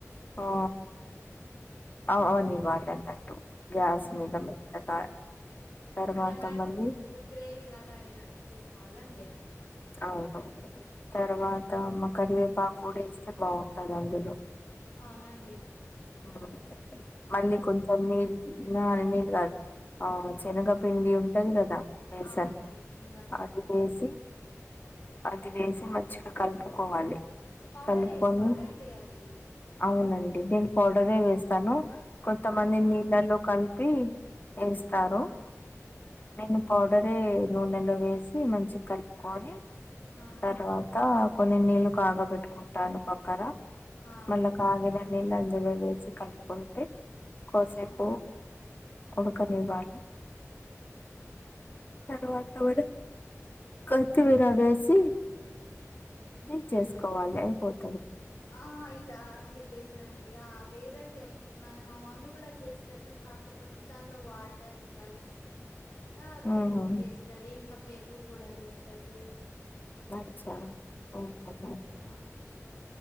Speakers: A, on the left (about 35°); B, on the left (about 85°).
A: ఆ అవనివ్వాలన్నట్టు గ్యాస్
B: ఆ
A: మీద మెత్తగా తర్వాత
B: టమాటో
A: మళ్ళీ
B: గ్రేవీ లాగా అయినా చేసుకోవాలండి అది
A: అవును తర్వాత అమ్మ కరివేపాకు కూడా వేస్తే బాగుంటంది అందులో
B: అవునాండి
A: ఊ మళ్ళీ కొంచం నీళ్లు నాని నీళ్లు కాదు ఆ శనగపిండి ఉంటది కదా బేసన్
B: అవునండి చింతపిండి
A: అది వేసి అది వేసి మంచిగా కలుపుకోవాలి
B: పౌడర్
A: కలుపుకొని
B: ఏ వేసుకోవాలా అండి అది
A: అవునండి నేను పౌడరే వేస్తాను కొంతమంది
B: ఆహా
A: నీళ్ళల్లో కలిపి ఏస్తారు
B: ఆ!
A: నేన్ పౌడర్ నూనెలో వేసి మంచి కలుపుకొని
B: ఆహా!
A: తర్వాత కొన్ని నీళ్లు కాగ పెట్టుకుంటాను పక్కన
B: ఆ!
A: మళ్ల కగినన్నిల్ అందులో వేసి కలుపుకుంటే కొసేపు
B: ఆహా!
A: ఉడకనివ్వాలి తరువాత మనం కొత్తిమీర వేసి దించేసుకోవాలి అయిపోత
B: ఆ ఐయిదాన్ ది బేసన్ ఆంటీ ఆ వేరే చెన్ మా మమ్మీ కూడా చేస్తది కాకపోతే దానిలో వాట్ ల్ కలిసి ఆ అది
A: ఆహా
B: ఏస్తది ఇంకా పెరుగు కూడా యేస్తది
A: అచ్చా ఒకే ఒకే
B: ఆ!